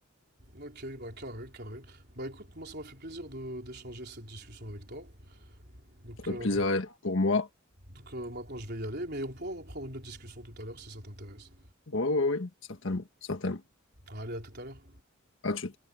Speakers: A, on the right (about 45°); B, on the left (about 60°).
A: Ok, bah carré, carré. Bah écoute, moi, ça m'a fait plaisir de d'échanger cette discussion avec toi. Donc,
B: Le
A: euh,
B: plaisir est pour moi.
A: donc, euh, maintenant je vais y aller, mais on pourra reprendre une autre discussion tout à l'heure si ça t'intéresse.
B: Oui, oui, oui, certainement, certainement.
A: Allez, à tout à l'heure.
B: À tout